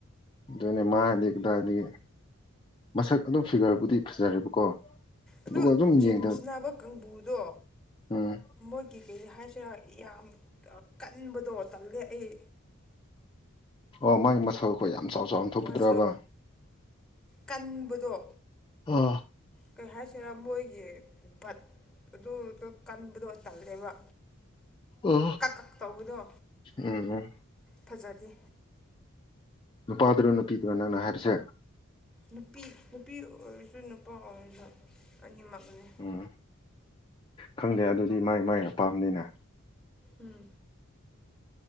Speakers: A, on the left; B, in the centre.
A: ꯑꯗꯨꯅꯦ ꯃꯥ ꯗꯤ ꯀꯗꯥꯏꯗꯒꯤ ꯃꯁꯛ ꯑꯗꯨꯝ ꯐꯤꯒꯔꯕꯨꯗꯤ ꯐꯖꯔꯦꯕꯀꯣ
B: ꯑꯗꯨ
A: ꯑꯗꯨꯒ ꯑꯗꯨꯝ
B: ꯖꯤꯝꯁ
A: ꯌꯦꯡꯗ
B: ꯅꯥꯕ ꯀꯥꯡꯕꯨꯗꯣ
A: ꯎꯝ
B: ꯃꯣꯏꯒꯤ ꯀꯩ ꯍꯥꯏꯁꯤꯔꯥ ꯌꯥꯝ ꯀꯟꯕꯗꯣ ꯇꯜꯂꯦ ꯑꯩ
A: ꯑꯣ ꯃꯥꯏꯃꯁꯜ ꯑꯩꯈꯣꯏ ꯌꯥꯝ ꯆꯥꯎ ꯆꯥꯎꯅ ꯊꯣꯛꯄꯗ꯭ꯔꯕ
B: ꯃꯁꯜ ꯀꯟꯕꯗꯣ
A: ꯑ
B: ꯀꯩ ꯍꯥꯏꯁꯤꯔꯥ ꯃꯣꯏꯒꯤ ꯚꯠ ꯑꯗꯨꯗꯣ ꯀꯟꯕꯗꯣ ꯇꯜꯂꯦꯕ
A: ꯑ
B: ꯀꯛ ꯀꯛ ꯇꯧꯕꯗꯣ
A: ꯎꯝ ꯎꯝ
B: ꯐꯥꯖꯗꯦ
A: ꯅꯨꯄꯥꯗꯨꯔꯣ ꯅꯨꯄꯤꯗꯨꯔꯣ ꯅꯪꯅ ꯍꯥꯏꯔꯤꯁꯦ
B: ꯅꯨꯄꯤ ꯅꯨꯄꯤ ꯑꯣꯏꯔꯁꯨ ꯅꯨꯄꯥ ꯑꯣꯏꯔꯁꯨ ꯑꯅꯤꯃꯛꯅꯤ
A: ꯎꯝ ꯈꯪꯗꯦ ꯑꯗꯨꯗꯤ ꯃꯥꯏ ꯃꯥꯏ ꯑꯄꯥꯝꯕꯅꯤꯅ
B: ꯎꯝ